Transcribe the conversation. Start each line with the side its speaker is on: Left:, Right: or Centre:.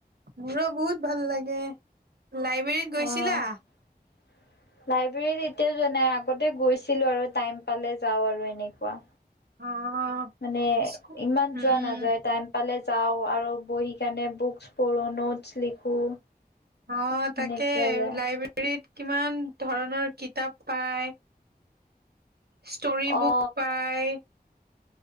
Right: মোৰো বহুত ভাল লাগে। লাইব্ৰেৰীত গৈছিলা?
Left: অ' <inaudible> লাইব্ৰেৰীত এতিয়াও যোৱা নাই আগতে গৈছিলো আৰু টাইম পালে যাওঁ আৰু এনেকুৱা।
Right: অ',
Left: মানে
Right: স্কু
Left: ইমান
Right: উম,
Left: যোৱা নাযায় টাইম পালে যাওঁ আৰু বহি কাৰণে বুকচ পঢ়ো নোটছ লিখো।
Right: অ
Left: সেনেকুৱা
Right: তাকে
Left: যায়
Right: লাইব্ৰেৰীত কিমান ধৰণৰ কিতাপ পায় ষ্টৰি বুক
Left: অ
Right: পায়